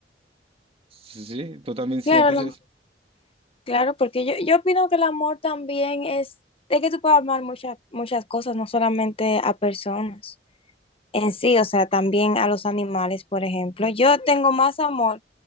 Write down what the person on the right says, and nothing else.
Sí, sí, tú también sientes
eso.